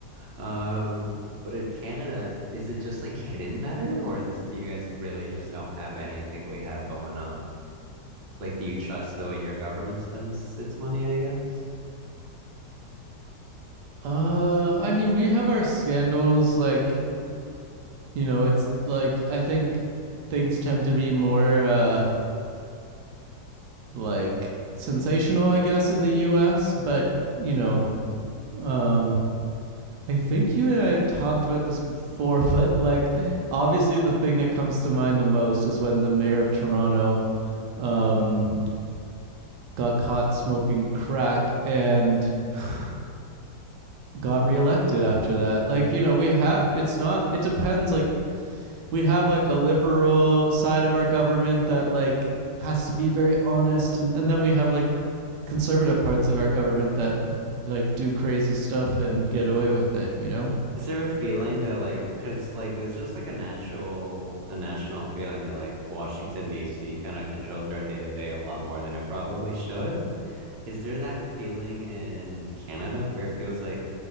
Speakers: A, on the right; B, on the right.
A: Um, but in Canada, is it just like hidden better, or is do you guys really just don't have anything we have going on? Like, do you trust the way your government spends its money, I guess?
B: Uh, I mean, we have our scandals. Like, you know, it's like I think things tend to be more uh, like sensational, I guess, in the U.S. But you know, um, I think you and I have talked about this before. <laughs> But like, obviously, the thing that comes to mind the most is when the mayor of Toronto um, got caught smoking crack and
A: <laughs>
B: got reelected after that. Like, you know, we have it's not it depends like we have like a liberal side of our government that like has to be very honest and and then we have like conservative parts of our government that like do crazy stuff and get away with it, you know?
A: Is there a feeling that like, cause like there's just like a natural, a national feeling that like Washington D.C. kind of controls our day-to-day a lot more than it probably should. Is there that feeling in Canada where it feels like